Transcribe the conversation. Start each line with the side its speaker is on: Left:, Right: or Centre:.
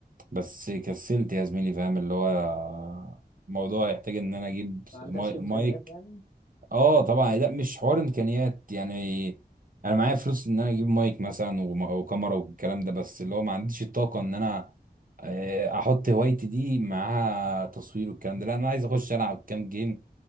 Right: بس كسلت يا زميلي فاهم اللي هو الموضوع يحتاج ان انا اجيب
Left: ما عندكش
Right: ماي-
Left: امكانيات
Right: مايك
Left: يعني
Right: اه طبعا لا مش حوار امكانيات يعني انا معايا فلوس ان انا اجيب مايك مثلا وم- وكاميرا والكلام ده بس اللي هو ما عنديش الطاقة ان انا آه، احط هوايتي دي معاها تصوير والكلام ده لا انا عايز اخش العب كام جيم